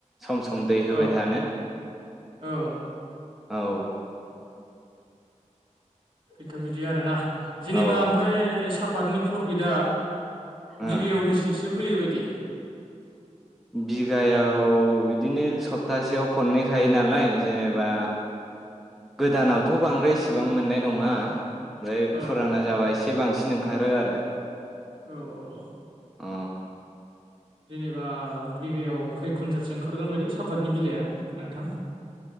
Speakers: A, in the centre; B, on the right.
A: सम सम दै होबाय
B: औ
A: थानो।
B: औ
A: औ
B: बेथ' बिदि आरोना। जेनेबा
A: औ
B: ओमफ्राय सा पाटनि प्रफिटआ
A: ओ
B: बिगायाव बेसेसो फैयोबायदि
A: बिगायाव बिदिनो सप्तासेयाव खननैखायो नालाय जेनेबा गोदानावथ' बांद्रायसेबां मोननाय नङा ओमफ्राय
B: औ
A: फुराना जाबा एसे बांसिन ओं खारो आरो
B: औ औ औ
A: अ
B: जेनेबा बिगायाव खै कुन्टेलसो ओंखारगोन बायदि सापातनि बिलाइआ नोंथां